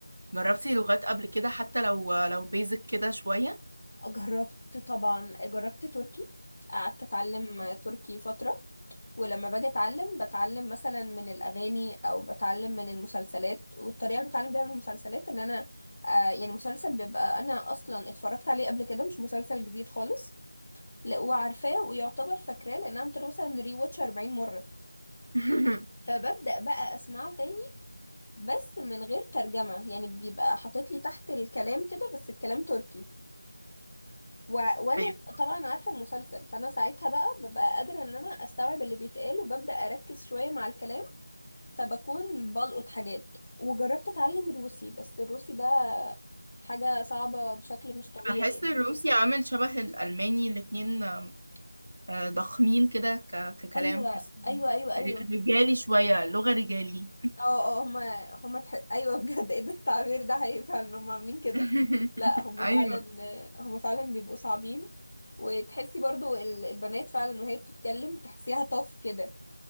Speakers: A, on the right; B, on the left.
A: جربتي لغات قبل كده حتى لو لو بيزك كده شوية
B: جربت طبعا جربت تركي قعدت اتعلم
A: آه.
B: تركي فترة ولما باجي اتعلم بتعلم مثلا من الاغاني او بتعلم من المسلسلات والطريقة اللي بتعلم بيها من المسلسلات ان انا آه يعني مسلسل بيبقى انا اصلا اتفرجت عليه قبل كده مش مسلسل جديد خالص لا وعارفاه ويعتبر فاكراه لان انا عملت له مثلا ري واتش 40 مرة
A: <laughs>
B: فببدأ بقى اسمعه تاني بس من غير ترجمة يعني بيبقى حاطط لي تحت الكلام كده بس الكلام تركي و... وانا
A: أيوة
B: طبعا عارفه المسلسل فانا ساعتها بقى ببقى قادره ان انا استوعب اللي بيتقال وببدا اركز شويه مع الكلام فبكون بلقط حاجات وجربت اتعلم روسي بس الروسي ده حاجه صعبه بشكل مش طبيعي
A: بحس
B: يعني
A: الروسي عامل شبه الألماني الاتنين آه، آه، ضخمين كده ك- ككلام
B: ايوه
A: حس
B: ايوه ايوه ايوه
A: ر- رجالي شوية لغة رجالي
B: اه اه هما هما تح... ايوه <laughs> بجد ايه ده التعبير ده حقيقي فعلا هما عاملين كده
A: <laughs>
B: لا هما
A: أيوة
B: فعلا هما فعلا بيبقوا صعبين وتحسي برضو ال- البنات فعلا وهي بتتكلم تحسيها طف كده